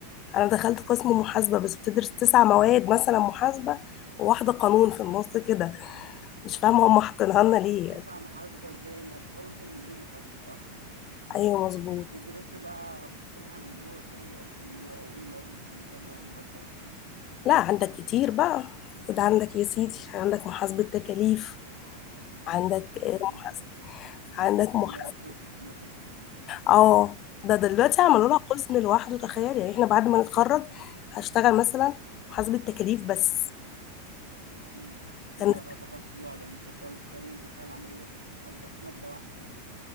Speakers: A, on the left; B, on the right.
A: انا دخلت قسم محاسبه بس بتدرس تسع مواد مثلا محاسبه وواحده قانون في النص كده مش فاهمه هم حاطينها لنا ليه
B: تسعة
A: يعني
B: محاسبه زي الاكونتنج دي المحاسبه صح؟
A: ايوه مظبوط
B: بتدرسي بقى اقسامها من جوه فيها ايه اقسام من جوه او ايه المواد اللي بتدرسها جوه المحاسبه اصلا؟
A: لا عندك كتير بقى خد عندك يا سيدي عندك محاسبه تكاليف عندك آه،
B: تمام
A: محاسبه عندك محاسبه
B: ده اللي هي القوس مثلا
A: اه ده دلوقتي عملوا
B: مم.
A: لها قسم لوحده تخيل يعني احنا بعد ما نتخرج هشتغل مثلا محاسبه تكاليف بس
B: مم. ده
A: كان
B: تخصص لوحده يعني انت تشتغل كارير الحياه العمليه في حاجه في ماده واحده يعني